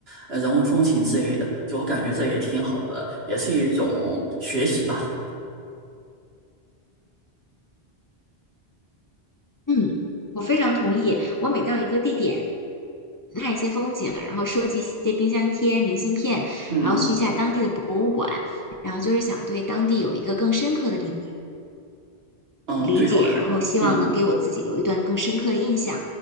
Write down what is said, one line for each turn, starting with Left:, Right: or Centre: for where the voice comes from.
Right: 呃人文风情之类的，就我感觉这也挺好的，也是一种学习吧。
Left: 嗯，我非常同意，我每到一个地点。看一些风景，然后收集一些冰箱贴、明信片，
Right: 嗯
Left: 然后去一下当地的博物馆，然后就是想对当地有一个更深刻的理
Right: 嗯，
Left: 理解，
Right: 对的我很嗯。
Left: 然后希望能给我自己留一段更深刻的印象。